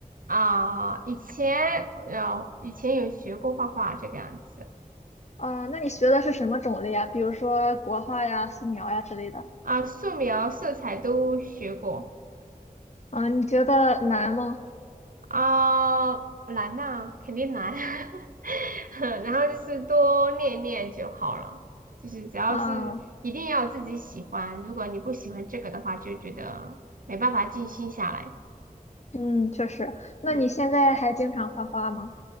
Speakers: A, on the right (about 70°); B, on the left (about 50°).
A: 啊、以前呃以前有学过画画这个样子
B: 啊、那你学的是什么种类呀？比如说国画呀、素描呀之类的。
A: 啊、素描、色彩都学过。
B: 啊、你觉得难吗？
A: 啊、难呐、肯定难。<laughs> 然后就是多练练就好了，就是只要是一定要自己喜欢，
B: 啊、
A: 如果你不喜欢这个的话，就觉得没办法静心下来。
B: 嗯，确实。那你现在还经常画画吗？
A: 嗯，